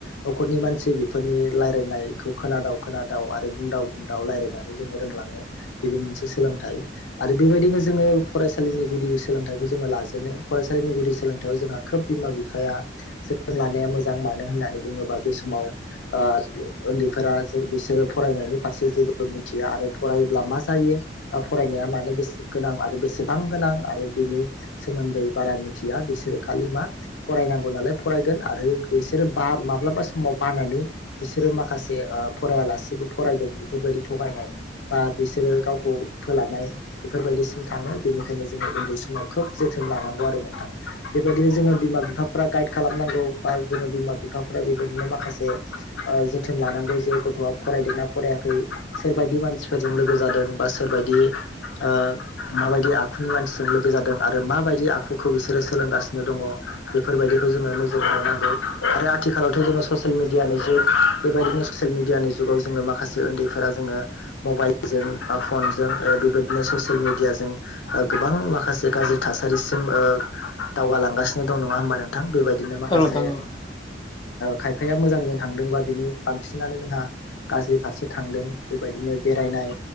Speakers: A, on the left; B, on the left.
A: न'रनि मानसि बेफोरनि लाय रायायनायखौ खोनादाव खोनादाव आरो बुंदाव बुंदाव रायलायनानै जोङो रोंलाङो बेबो मोनसे सोलोंथाइ। आरो बेबायदिनो जोङो फरायसालिनि गुदि सोलोंथाइखौ जोङो लाजेनो फरायसालिनि गुदि सोलों थायाव जोंहा खोब बिमा बिफाया जथों लानाया मोजां मानो होननानै बुङोबा बे समाव ओ उन्दैफोरा बिसोरो फरायनायनि फारसे जेबो मिथिया आरो फरायोब्ला मा जायो फरायनाया मानो गोनां आरो बेसेबां गोनां आरो बिनि सोमोन्दै बारा मिथिया बिसोरो खालि मा फरायनांगौ नालाय फरायगोन आरो बिसोरो बा माब्लाबा समाव बानानै बिसोरो माखासे फरायालासेबो फरायदों बेफोरबायदि थगायनाय बा बिसोरो गावखौ फोलानाय बेफोरबायदिसिम थाङो बेनिखायनो जोङो उन्दै समाव खोब जोथोन लानांगौ आरो नोंथां। बेबायदिनो जोङो बिमा बिफाफ्रा गाइड खालामनांगौ बा जोङो बिमा बिफाफ्रा बेबायदिनो माखासे जोथोन लानांगौ जे गथ'आ फरायदोंना फरायाखै सोरबायदि मानसिफोरजों लोगो जादों बा सोरबदि बायदि ओ माबायदि आखुनि मानसिजों लोगो जादों आरो माबायदि आखुखौ बिसोरो सोलोंगासिनो दङ बेफोरबायदिखौ जोङो नोजोर होन नांगौ आरो आथिखालावथ' जोङो ससियेल मिडियानि जुग बेबायदिनो ससियेल मिडियानि जुगाव जोङो माखासे उन्दैफोरा जोङो मबाइलजों बा फन जों बेबायदिनो ससियेल मिडियााजों गोबां माखासे गाज्रि थासारिसिम ओ दावगालांगासिनो दं नङा होमबा नोंथां? बेबायदिनो माखासे
B: औ नोंथां औ
A: खायफाया मोजांजों थांदोंबा बिनि बांसिनानो जोंहा गाज्रि फारसे थांदों बेबायदिनो बेरायनाय